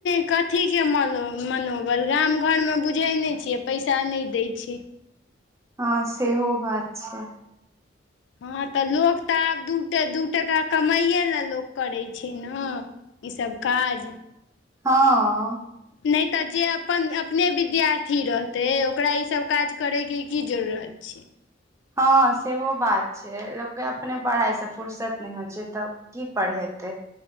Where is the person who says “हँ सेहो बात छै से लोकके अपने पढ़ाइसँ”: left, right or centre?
Right